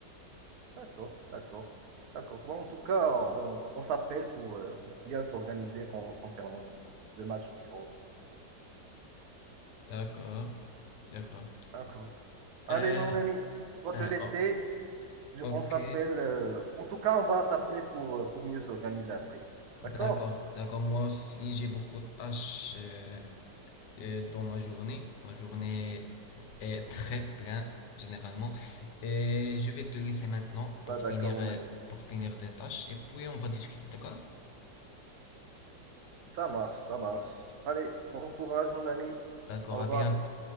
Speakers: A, on the right; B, on the left.
A: D'accord, d'accord, d'accord. Bon, en tout cas, on, on s'appelle pour, euh, pour bien s'organiser con- concernant le match du 11.
B: D'accord, d'accord.
A: D'accord. Allez,
B: Euh,
A: mon ami, on va
B: euh,
A: te laisser.
B: oh,
A: Je-
B: ok.
A: on s'appelle. euh, en tout cas, on va s'appeler pour, euh, pour mieux s'organiser après.
B: D'accord,
A: D'accord?
B: d'accord. Moi aussi, j'ai beaucoup de tâches euh, euh, dans ma journée. Ma journée est très pleine, généralement. Et je vais te laisser maintenant pour
A: Bah, d'accord,
B: finir,
A: mon
B: euh,
A: ami.
B: pour finir des tâches. Et puis, on va discuter, d'accord?
A: Ça marche, ça marche. Allez, bon courage, mon ami.
B: D'accord,
A: Au
B: à
A: revoir.
B: bientôt.